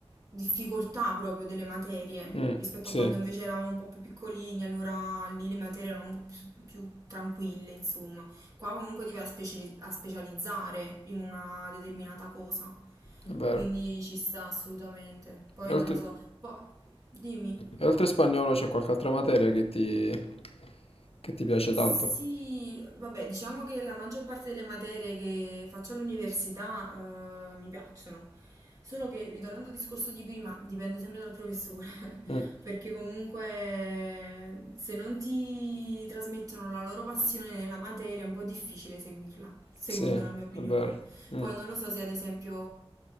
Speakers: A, on the right; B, on the left.
A: difficoltà proprio delle materie,
B: Mm,
A: rispetto
B: sì,
A: a quando
B: è
A: invece eravamo un po' più piccolini, allora lì le materie erano un po' più, più tranquille, insomma. Qua comunque ti vai a speciali- a specializzare in una determinata cosa,
B: vero.
A: quindi ci sta assolutamente. Poi
B: E oltre,
A: non lo so, poi dimmi.
B: e oltre spagnolo c'è qualche altra materia che ti, che ti piace
A: Sì,
B: tanto?
A: vabbè, diciamo che la maggior parte delle materie che faccio all'università, eh, mi piacciono. Solo che, ritornando al discorso di prima, dipende sempre dal professore,
B: Mm.
A: <laughs> perché comunque se non ti trasmettono la loro passione nella materia è un po' difficile seguirla, secondo
B: Sì, è
A: la mia opinione.
B: vero. Mm,
A: Poi non lo so se ad esempio